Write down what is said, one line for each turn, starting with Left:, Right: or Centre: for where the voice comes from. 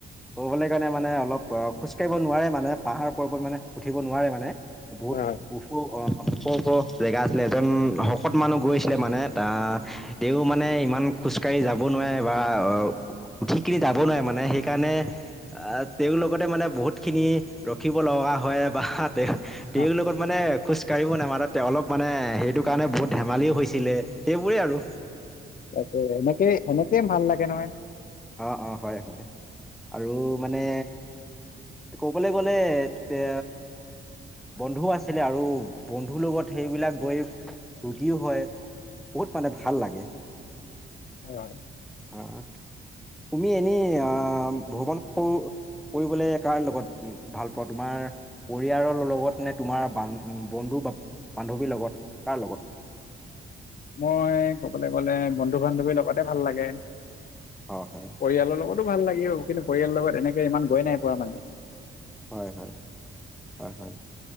Centre: কৰিবলৈ কাৰণে মানে অলপ অ খোজ কাঢ়িব নোৱাৰে মানে পাহাৰ পৰ্বত মানে উঠিব নোৱাৰে মানে। বহুত
Left: হয়
Centre: উ খ ওখ ওখ জেগা আছিলে এজন শকত মানুহ গৈছিলে মানে তা তেওঁ মানে ইমান খোজ কাঢ়ি যাব নোৱাৰে বা আহ উঠি কিনি যাব নোৱাৰে মানে সেইকাৰণে আহ তেওঁৰ লগতে মানে বহুত খিনি ৰখিব লগা হয় বা তে তেওঁৰ
Left: অ
Centre: লগত মানে খোজ কঢ়িব নামা তা অলপ মানে সেইটো কাৰণে বহুত ধেমালিও হৈছিলে সেইবোৰেই আৰু।
Left: তাকে এনেকে সেনেকে ভাল লাগে নহয়।
Centre: অঁ অঁ হয় হয় আৰু মানে ক'বলৈ গ'লে এত তে বন্ধুও আছিলে আৰু বন্ধুৰ লগত সেইবিলাক গৈ ফূৰ্তিও হয়। বহুত মানে ভাল লাগে।
Left: হয় হয়।
Centre: <unintelligible> তুমি এনেই আহ ভ্ৰমণ কৰো ফুৰিবলে কাৰ লগত উ ভাল পোৱা তোমাৰ পৰিয়ালৰ লগত নে তোমাৰান বন্ধু বা বান্ধৱীৰ লগত কাৰ লগত?
Left: মই কবলৈ গ'লে বন্ধু বান্ধৱী লগতে ভাল লাগে।
Centre: অহ হয়।
Left: পৰিয়ালৰ লগতো ভাল লাগে কিন্তু পৰিয়ালৰ লগত এনেকে ইমান গৈ নাই পোৱা মানে।
Centre: হয় হয় হয় হয়।